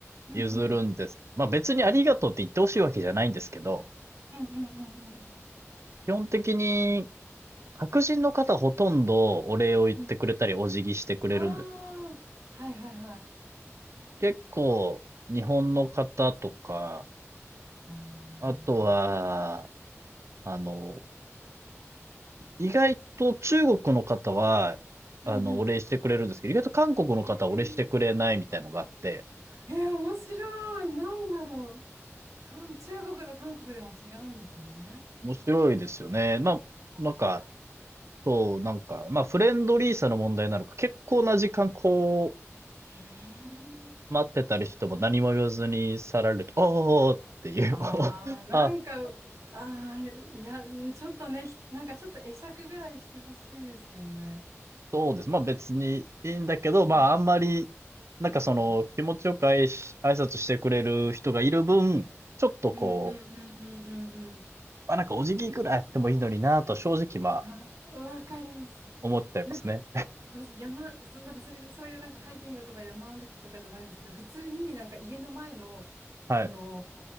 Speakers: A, on the right; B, on the right.
A: うん、
B: 譲るんです。
A: うん、
B: まあ別にありがとうって言ってほしいわけじゃないんですけど、
A: うん、うん、うん、うん、
B: 基本的に白人の方ほとんどお礼を言ってくれたり、
A: うん
B: お辞儀してくれるんですけど、
A: ああー、はいはいはいあ
B: 結構日本の方とか、
A: あ
B: あとは、あの、意外と中国の方は、
A: うんうん
B: あの、お礼してくれるんですけど、意外と韓国の方はお礼してくれないみたいのがあって、
A: えー、面白い。なんだろう。そう、中国と韓国でも違うんですね。
B: 面白いですよね。まあ、なんか、
A: あ
B: そう、なんか、まあ、フレンドリーさの問題なのか、結構な時間こ
A: うーん
B: う、待ってたりしても何も言わずに去られると、おーっていう、
A: ああ、
B: <laughs>
A: なんか、
B: あ、
A: ああ、いや、ちょっとね、ひなんかちょっと会釈ぐらいしてほしいですよね。
B: そうです。まあ別にいいんだけど、まああんまり、
A: うん
B: なんかその気持ちよく挨拶挨拶してくれる人がいる分、
A: あるかも。
B: ちょっとこ
A: うんうんうんうんうんうん。
B: う、あ、なんかお辞儀ぐらいやってもいいのになと正直まあ
A: わかあわかります。
B: 思っちゃいますね。
A: なんか私山、そ、なんかそういう、そういうなんかハイキングとか山歩きとかじゃないですけど、普通になんか家の前の、
B: はい、
A: あの、